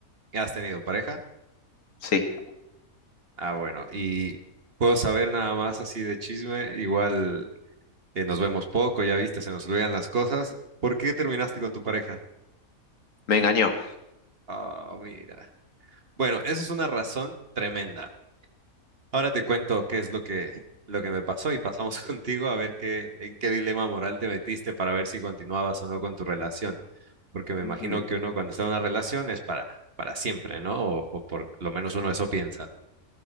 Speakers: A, on the right (about 45°); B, on the left (about 60°).
A: ¿Has tenido pareja?
B: Sí,
A: Ah, bueno, y puedo saber nada más así de chisme, igual eh, nos vemos poco, ya viste, se nos olvidan las cosas. ¿Por qué terminaste con tu pareja?
B: me engañó.
A: Ah, mira. Bueno, esa es una razón tremenda. Ahora te cuento qué es lo que, lo que me pasó y pasamos <laughs> contigo a ver qué, en qué dilema moral te metiste para ver si continuabas o no con tu relación. Porque me imagino
B: Ujú,
A: que uno cuando está en una relación es para, para siempre, ¿no? O, o por lo menos uno eso piensa.